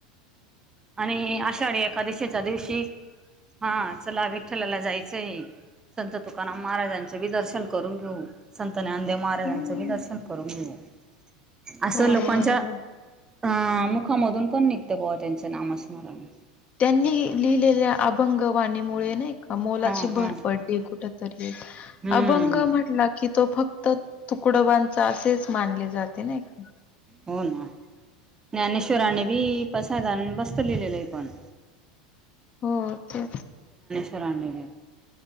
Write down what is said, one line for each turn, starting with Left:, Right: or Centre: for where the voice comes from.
Right: आणि आषाढी एकादशेच्या दिवशी हा चला विठ्ठलाला जायचं संत तुकाराम महाराजांच बी दर्शन करून घेऊ संत ज्ञानदेव महाराजांचंी
Left: हम्म.
Right: दर्न करून घेऊले असं
Left: हो
Right: लोकांच्या
Left: बरोबर.
Right: अ मुखामधून पण निघते पोवा त्यांच नामस्मरण
Left: त्यांनी लिहिलेल्या अभंगवाणीमुळे नाही का मोलाची
Right: हा हा
Left: भरपडली कुठ तरी
Right: हम्म
Left: अभंग म्हटला की तो फक्त तुकडबांचा असेच मानले जाते नाका
Right: हो ना ज्ञानेश्राने बी पसाधण बसत लिहिलेलं आहे पण
Left: हो ते
Right: चरानवे